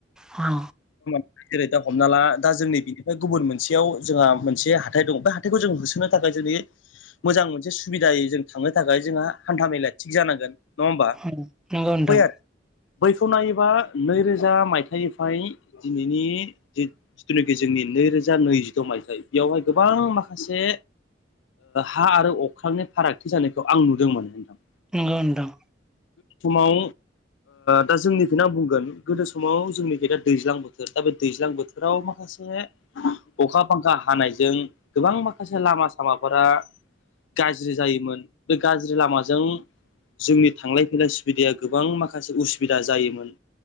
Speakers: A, in the centre; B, on the left.
A: औ
B: जेरै दा हमना ला दा जोंनि बिनिफ्राय गुबुन मोनसेयाव जोंहा मोनसे हाथाय दङ बे हाथायखौ जों होसो थो थाखाय जोंनि मोजां मोनसे सुबिदायै जों थांनो थाखाय जोंहा हान्था मेलाया थिग जानांगोन नङा
A: <unintelligible>
B: होमबा
A: नोंथां
B: बै आरो बैखौ नायोबा नैरोजा मायथाइनिफ्राय दिनैनि जिथुनाखि जोंनि नैरोजा नैजिद' मायथाइ बेयावहाय गोबां माखासे हा आरो अख्रांनि फारागथि जानायखौ आं नुदोंमोन नोंथां
A: नंगौ नोंथां
B: समाव दा जोंनिफ्रायनो आं बुंगोन गोदो समाव जोंनिफ्राय दा दैज्लां बोथोर दा बे दैज्लां बोथोराव माखासे माखासे अखा बांखा हानायजों गोबां माखासे लामा सामाफोरा गाज्रि जायोमोन बे गाज्रि लामाजों जोंनि थांलाय फैलाय सुबिदाया गोबां माखासे उसुबिदा जायोमोन